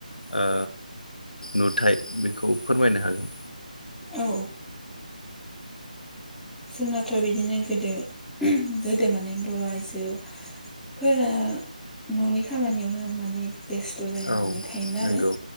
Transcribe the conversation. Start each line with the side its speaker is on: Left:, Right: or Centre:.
Left: ओ नुथाय बेखौ फोरमायनो हागोन।
Centre: औ जोंनाथ' बिदिनो गोदो गोदो माने बर' आइजो फोरा न'नि खामानियावनो माने बेस्थ' जाहैनानै
Left: औ
Centre: थायोमोन
Left: नंगौ।
Centre: आरो